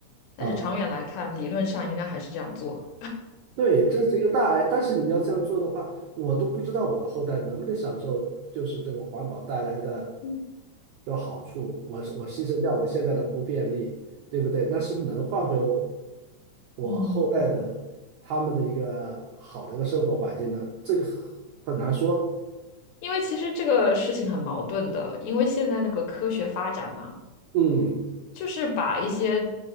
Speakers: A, on the left; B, on the right.
A: 但是长远来看，
B: 啊。
A: 理论上应该还是这样做，
B: 对，这是一个大爱，但是你要这样做的话，我都不知道我的后代能不能享受，就是这个环保带来的
A: 嗯
B: 这个好处。我是我牺牲掉我现在的不便利，对不对？那是不是能换回我，我后代的他们的一个好的一个生活环境呢？
A: 嗯
B: 这个很难说。
A: 因为其实这个事情很矛盾的，因为现在那个科学发展嘛，
B: 嗯，
A: 就是把一些